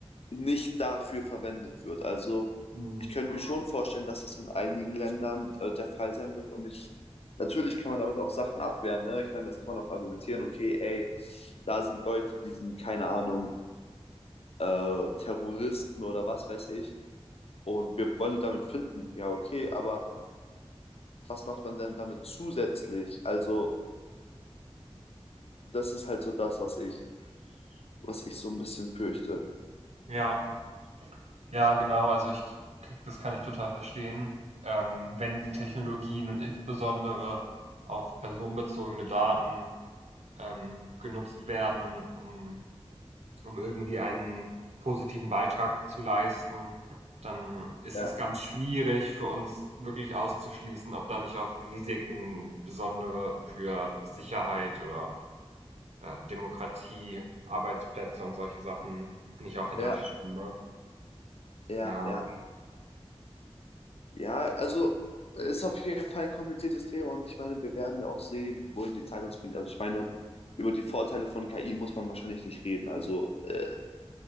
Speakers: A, on the left; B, on the right.
A: nicht dafür verwendet wird. Also
B: mhm,
A: ich könnte mir schon vorstellen, dass es in einigen Ländern äh, der Fall sein wird. Und ich, natürlich kann man damit auch Sachen abwehren. Ne? Ich meine, das kann man auch argumentieren, okay, ey, da sind Leute, die sind, keine Ahnung, äh, Terroristen oder was weiß ich. Und wir wollen die damit finden. Ja, okay, aber was macht man denn damit zusätzlich? Also, das ist halt so das, was ich, was ich so ein bisschen fürchte.
B: ja, ja, genau. Also, ich das kann ich total verstehen. Ähm, wenn die Technologien und insbesondere auch personenbezogene Daten ähm, genutzt werden, um um irgendwie einen positiven Beitrag zu leisten, dann ist
A: Ja.
B: es ganz schwierig für uns wirklich auszuschließen, ob da nicht auch Risiken, besondere für Sicherheit oder äh, Demokratie, Arbeitsplätze und solche Sachen nicht auch hinterstehen,
A: Ja,
B: ne?
A: Ja,
B: Ja,
A: ja. Ja, also ist auf jeden Fall ein kompliziertes Thema und ich meine, wir werden ja auch sehen, wohin die Zeit uns bringt. Also ich meine, über die Vorteile von KI muss man wahrscheinlich nicht reden. Also äh,